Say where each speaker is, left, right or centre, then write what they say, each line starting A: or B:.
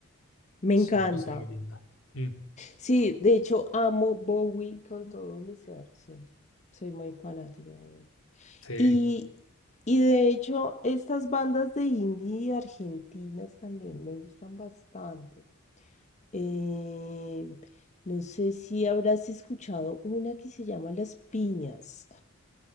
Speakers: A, on the left; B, on the left.
A: Me
B: es
A: encanta.
B: una cosa muy linda. Mm,
A: Sí, de hecho amo Bowie con todo mi ser, sí. Soy muy fanática de Bowie.
B: sí.
A: Y, y de hecho estas bandas de indie argentinas también me gustan bastante. Eh, no sé si habrás escuchado una que se llama Las Piñas.